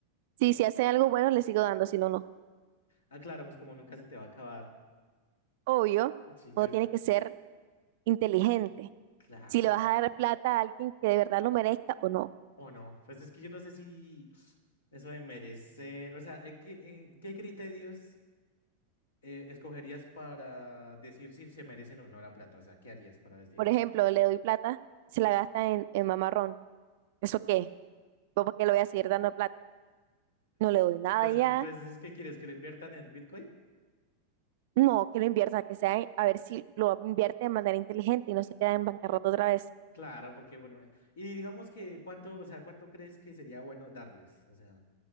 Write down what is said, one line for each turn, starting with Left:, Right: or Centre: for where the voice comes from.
Right: Sí, si hacen algo bueno, le sigo dando, si no, no.
Left: Ah, claro, pues como nunca se te va a acabar.
Right: Obvio,
Left: Sí, yo,
Right: uno
Left: yo-
Right: tiene que ser inteligente.
Left: <sniffs> <laughs> claro.
Right: si le vas a dar plata a alguien que de verdad lo merezca o no.
Left: O no, pues es que yo no sé si Eso de merecer, o sea, eh, ¿qué, eh, qué criterios eh, escogerías para decir si se merecen o no la plata? O sea, ¿qué harías para decidir?
Right: Por ejemplo, le doy plata, se la gasta en, en mamarrón. ¿Eso qué? ¿Yo por qué le voy a seguir dando plata? No le doy nada
Left: Entonces,
Right: ya.
Left: entonces, ¿qué quieres? ¿Que lo inviertan en Bitcoin?
Right: No, que lo invierta, que sea, en- a ver si lo invierte de manera inteligente y no se queda en bancarrota otra vez.
Left: Claro, porque bueno, eh, y digamos que cuánto, o sea, ¿cuánto crees que sería bueno darles? O sea,